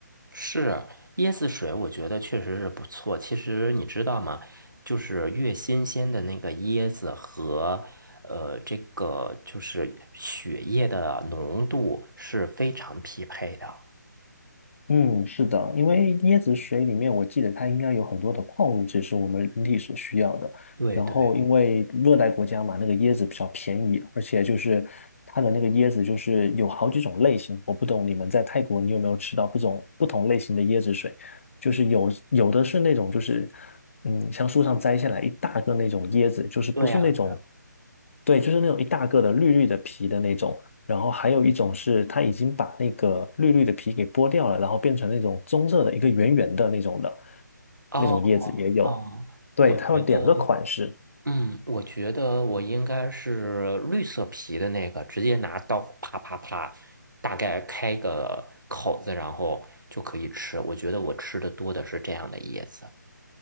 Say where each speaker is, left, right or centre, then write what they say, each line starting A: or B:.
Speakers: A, on the right; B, on the left.
A: 是椰子水，我觉得确实是不错。其实你知道吗？就是越新鲜的那个椰子和呃这个就是血液的浓度是非常匹配的。
B: 嗯，是的，因为椰子水里面，我记得它应该有很多的矿物质是我们人体所需要的。
A: 对对。
B: 然后，因为热带国家嘛，那个椰子比较便宜，而且就是它的那个椰子就是有好几种类型。我不懂你们在泰国，你有没有吃到不种不同类型的椰子水？就是有有的是那种就是嗯，像树上摘下来一大个那种椰子，就是不是那种，
A: 对呀，
B: 对，就是那种一大个的绿绿的皮的那种。然后还有一种是它已经把那个绿绿的皮给剥掉了，然后变成那种棕色的一个圆圆的那种的，
A: 哦
B: 那种叶子也有。
A: 哦，
B: 对，
A: 我觉得，
B: 它有两个款式，
A: 嗯，我觉得我应该是绿色皮的那个，直接拿刀啪啪啪，大概开个口子，然后就可以吃。我觉得我吃的多的是这样的椰子。